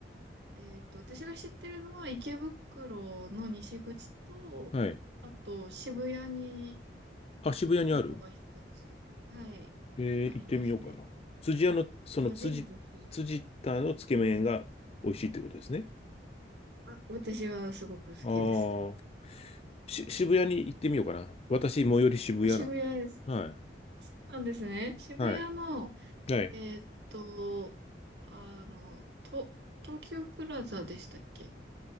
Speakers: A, on the right; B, on the left.
A: えっと、私が知ってるのは池袋の西口と、
B: はい。
A: あと渋谷に
B: あ、渋谷にある
A: 店舗が一つ、はい、
B: ええ、
A: ありますね。
B: 行ってみようかな。辻屋の、その辻、
A: あ、ぜひぜひ。
B: 辻田のつけ麺が美味しいってことですね。
A: あ、私はすごく好きです。
B: ああ、し、渋谷に行ってみようかな。私、最寄り渋谷なんで。
A: あ、渋谷です。
B: はい。
A: そうなんですね。渋谷の
B: はい。はい。
A: えーっと、あの、と、東急プラザでしたっけ